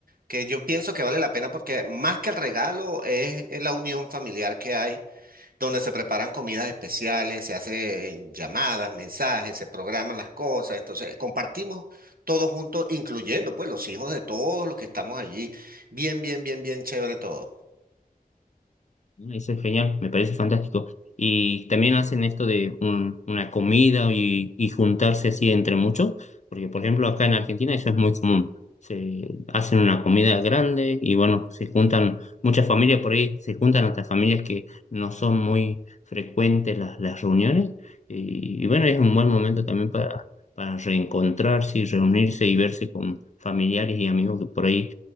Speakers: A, on the right; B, on the left.
A: que yo pienso que vale la pena porque más que el regalo es es la unión familiar que hay donde se preparan comidas especiales, se hacen llamadas, mensajes, se programan las cosas. Entonces, compartimos todos juntos, incluyendo pues los hijos de todos los que estamos allí. Bien, bien, bien, bien chévere todo.
B: ¿no? Eso es genial, me parece fantástico. Y también hacen esto de un- una comida y, y juntarse así entre muchos, porque por ejemplo acá en Argentina eso es muy común. Se hacen una comida grande y bueno, se juntan muchas familias por ahí, se juntan hasta familias que no son muy frecuentes las, las reuniones. Y, y bueno, es un buen momento también para, para reencontrarse y reunirse y verse con familiares y amigos que por ahí